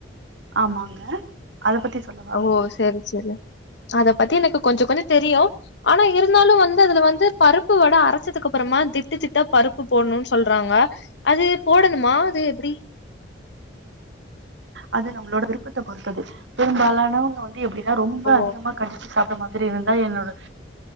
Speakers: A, on the right; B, on the left.
A: ஆமாங்க அத பத்தி சொல்லவா
B: ஓ செரி செரி அத பத்தி எனக்கு கொஞ்ச கொஞ்ச தெரியு ஆனா இரு ந்தாலு வந்து அதுல வந்து பருப்பு வட அரைச்சதுக்கு அப்பறமா திட்டு திட்டா பருப்பு போடணுன் சொல்றாங்க அது போடணுமா அது எப்படி
A: அது நம்மளோட விருப்பத்த பொறுத்தது பெரும்பாலானவங்க வந் து எப்டின்னா ரொம்ப
B: ஓ
A: அதிகமா கடிச்சு சாப்பிடற மாதிரி இரு ந்தா என்னோட